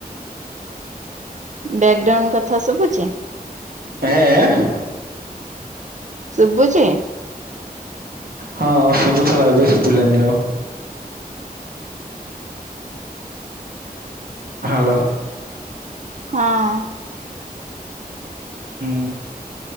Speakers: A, on the right; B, on the right.
A: ବ୍ୟାଗ୍ରାଉଣ୍ଡ କଥା ସବୁଚି?
B: ଏ ଏ?
A: ଶୁବୁଚି?
B: ହଁ ଶୁବୁଥୁଲା ଏବେ ଶୁବିଲାନି ଆଉ। ହାଲୋ।
A: ହଁ।
B: ହୁଁ।